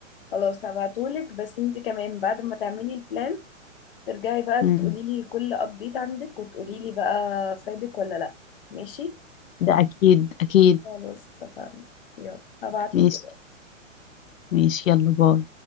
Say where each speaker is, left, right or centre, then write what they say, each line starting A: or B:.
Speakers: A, on the left; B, on the left.
A: خلاص هبعتهولك بس انت كمان بعد ما تعملي البلان ترجعي بقى
B: مم.
A: تقولي لي كل ابديت عندك وتقولي لي بقى فادك ولا لا ماشي
B: ده اكيد اكيد
A: خلاص اتفقنا يلا هبعتلك
B: ماشي
A: دلوقتي
B: ماشي يلا باي